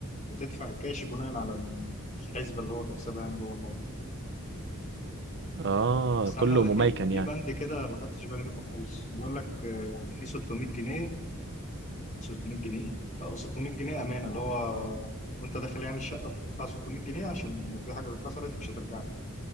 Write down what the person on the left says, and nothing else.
وتدفع كاش بناء على الحسبه اللي هو بيحسبها يعني جوه الموقع
استنى
ده
في في
بند كده ما خدتش بالي منه خالص بيقول لك آه، في 600 جنيه 600 جنيه ايه؟ اه 600 جنيه امانه اللي هو وانت داخل يعني الشقه بتدفع 600 جنيه عشان لو في حاجه اتكسرت مش هترجع لك